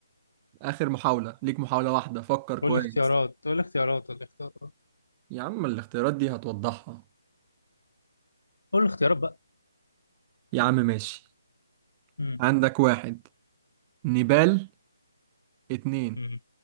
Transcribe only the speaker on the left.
قول لي اختيارات قول لي اختيارات قول لي اختيارات
قول لي اختيارات بقى
مم.
مم.